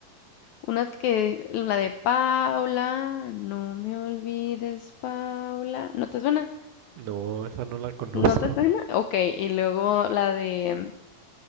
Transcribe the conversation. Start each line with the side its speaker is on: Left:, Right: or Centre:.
Left: Una que, la de Paula, no me olvides, Paula. ¿No te suena?
Right: No, esa no la conozco.
Left: ¿No te suena? Ok, y luego la de...